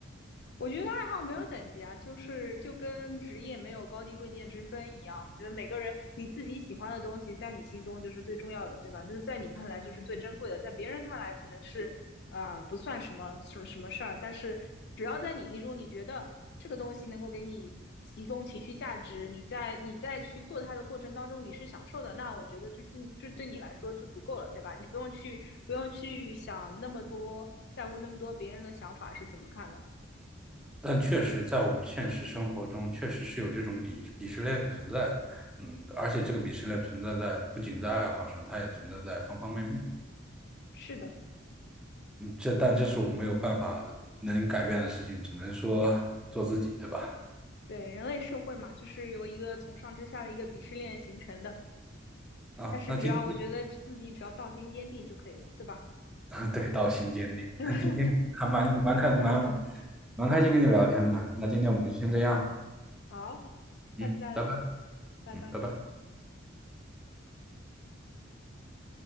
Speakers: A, on the left; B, in the centre.
A: 我觉得爱好没有等级啊，就是就跟职业没有高低贵贱之分一样。我觉得每个人你自己喜欢的东西，在你心中就是最重要的，对吧？就是在你看来就是最珍贵的，在别人看来可能是，呃，不算什么什么什么事儿，但是只要在你心中，你觉得这个东西能够给你提供情绪价值，你在你在去做它的过程当中你是享受的，那我觉得这对就对你来说就足够了，对吧？你不用去不用去想那么多，在乎那么多别人的想法是怎么看的。
B: 但确实，在我们现实生活中，确实是有这种鄙鄙视链存在的。嗯，而且这个鄙视链存在在不仅在爱好上，它也存在在方方面面。
A: 是的。
B: 嗯，这但这是我们没有办法的，能改变的事情，只能说做自己，对吧？
A: 对，人类社会嘛，就是由一个从上至下的一个鄙视链形成的。
B: 啊，
A: 但是只要我觉得自己只要道心坚定就可以了，
B: 那今天
A: 对吧？
B: 啊 <laughs> 对到心坚定。
A: <laughs>
B: 那今天还蛮蛮开蛮蛮开心跟你聊天的。那今天我们就先这样。
A: 好，
B: 嗯，
A: 下次再聊，
B: 拜拜。
A: 拜拜，
B: 嗯，拜拜。